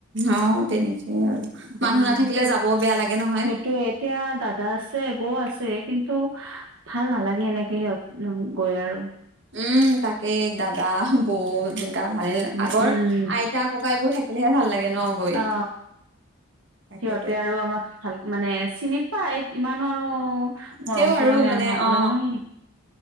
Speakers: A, on the right (about 55°); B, on the right (about 75°).
A: অ তেনেকেই আৰু
B: উম
A: মানুহ নাথাকিলে যাবও বেয়া লাগে নহয়
B: সেইটোয়ে এতিয়া দাদা আছে বৌ আছে কিন্তু ভাল নালাগে সেনেকে সিহঁত গৈ আৰু
A: উম তাকে দাদা বৌ তেনেকা ভালে আগৰ
B: উম উম
A: আইতা ককাইবোৰ থাকিলেহে ভাল লাগে ন গৈ
B: অ
A: তাকেতো
B: সিহঁতে আৰু আমাক ভাল মানে চিনি পাই ইমানো আৰু মৰম
A: তেওঁ
B: চৰম
A: আৰু
B: সি
A: মানে
B: কাপৰাা
A: অ
B: নাই